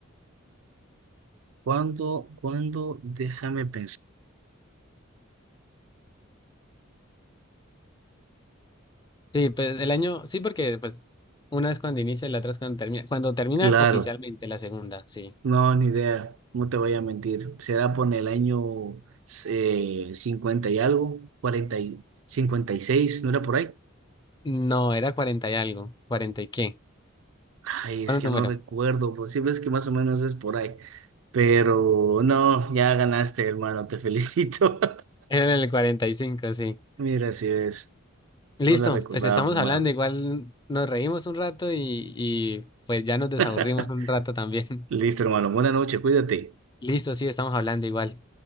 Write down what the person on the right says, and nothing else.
¿Cuándo, cuándo? Déjame pensar.
Claro.
No, ni idea, no te voy a mentir. Será por el año eh, 50 y algo, 40 y 56. ¿no era por ahí?
Ay, es
que
no recuerdo, pues sí ves que más o menos es por ahí. Pero no, ya ganaste, hermano, te felicito.
<laughs> Mira, así es,
no la recordaba
por
nada.
<laughs>
Listo, hermano, buena noche, cuídate.